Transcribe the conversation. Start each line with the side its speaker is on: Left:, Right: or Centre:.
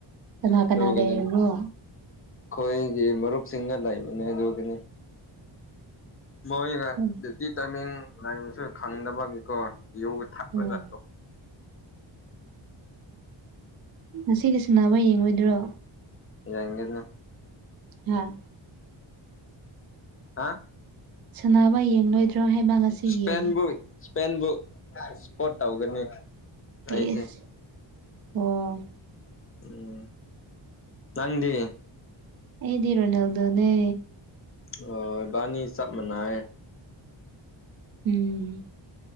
Right: ꯀꯅꯥ ꯀꯅꯥ
Left: ꯌ ꯀꯅꯦ
Right: ꯂꯩꯔꯤꯕ꯭ꯔꯣ
Left: ꯑꯩꯈꯣꯏꯒꯤ ꯃꯔꯨꯞꯁꯤꯡꯅ ꯂꯩꯥꯛꯏꯕꯅꯦ ꯑꯗꯨꯅꯤ ꯕꯣꯔꯣꯏꯒ
Right: ꯎꯝ
Left: ꯗꯌꯨꯇꯤ ꯇꯥꯏꯃꯤꯡ ꯂꯩꯕꯁꯨ ꯈꯪꯗꯕꯒꯤꯀꯣ ꯌꯨꯒ ꯊꯠꯄꯒ
Right: ꯎꯝ ꯉꯁꯤꯗꯤ ꯁꯅꯕ ꯌꯦꯡꯉꯣꯏꯗ꯭ꯔꯣ
Left: ꯅ
Right: ꯍꯥꯝ
Left: ꯑ
Right: ꯁꯥꯟꯅꯕ ꯌꯦꯡꯂꯣꯏꯗ꯭ꯔꯣ ꯍꯥꯏꯕ ꯉꯁꯤꯒꯤ
Left: ꯁꯄꯦꯟꯕꯨ ꯁꯄꯕꯨ ꯁꯄꯣꯎꯒꯅꯤ ꯇꯥꯏꯁꯦ
Right: ꯏꯁ ꯑꯣ
Left: ꯑꯣ ꯅꯪꯗꯤ
Right: ꯑꯦꯗꯤ ꯔꯣꯅꯦꯜꯗꯣꯅꯦ
Left: ꯍ ꯏꯕꯥꯅꯤ ꯆꯞ ꯃꯥꯟꯅꯩ
Right: ꯎꯝ